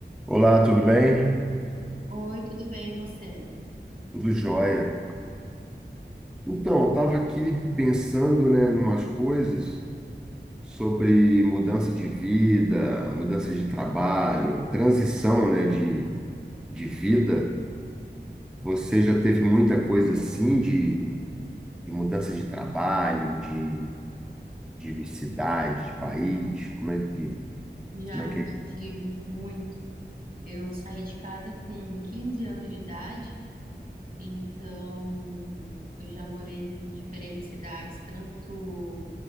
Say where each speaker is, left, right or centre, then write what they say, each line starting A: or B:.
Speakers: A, in the centre; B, on the right.
A: Olá, tudo bem?
B: Oi, tudo bem, e você?
A: Tudo jóia. Então, eu estava aqui pensando, né, em umas coisas sobre mudança de vida, mudança de trabalho, transição, né, de, de vida. Você já teve muita coisa assim de, de mudança de trabalho, de, de cidade, de país? Como é que,
B: Já,
A: como é que
B: já
A: é?
B: tive muito. Eu saí de casa com 15 anos de idade, então eu já morei em diferentes cidades, tanto